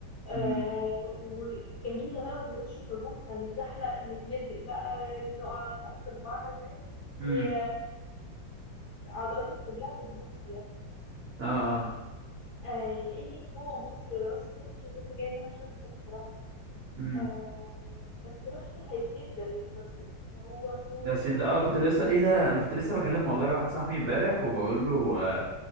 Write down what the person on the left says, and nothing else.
آه
وجميلة بقى ويرشوا صابون فنتزحلق نتمزق بقى نقع في البحر فاهم
هي عضلاتك كلها بتبوظ فيها
آه ايه تاني جوه مصر راس سدر لسه جاي منها شويه كتاب بصراحه
آه بس رحت هيسيندا اللي في راس سدر اللي هو سور
والكلام
ده